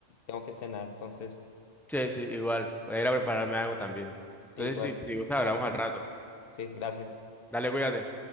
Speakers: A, on the left; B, in the centre.
A: tengo que cenar, entonces,
B: sí, sí, igual, voy a ir a prepararme algo también. Entonces,
A: sí, igual,
B: si, si gusta, hablamos al rato.
A: sí, gracias.
B: Dale, cuídate.